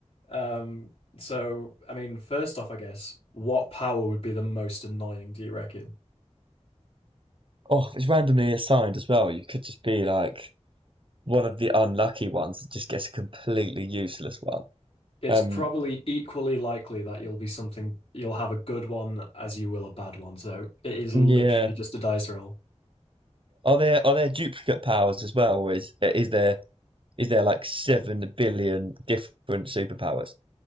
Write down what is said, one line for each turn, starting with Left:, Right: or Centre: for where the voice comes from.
Left: Um, so, I mean, first off, I guess, what power would be the most annoying, do you reckon?
Right: Oh, if it's randomly assigned as well. You could just be like one of the unlucky ones that just gets a completely useless one.
Left: It's
Right: Um,
Left: probably equally likely that you'll be something, you'll have a good one as you will a bad one. So it is literally
Right: yeah.
Left: just a dice roll.
Right: Are there are there duplicate powers as well, or is is there is there like seven billion different superpowers?